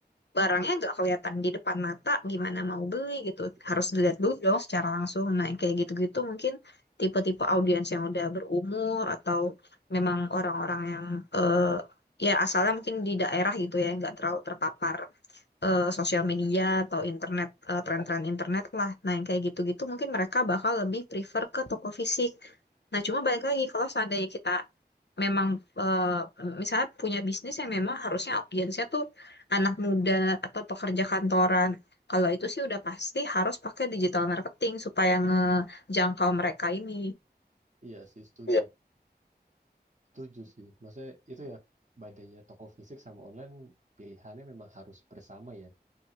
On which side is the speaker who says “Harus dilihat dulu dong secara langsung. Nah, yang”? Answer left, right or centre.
Left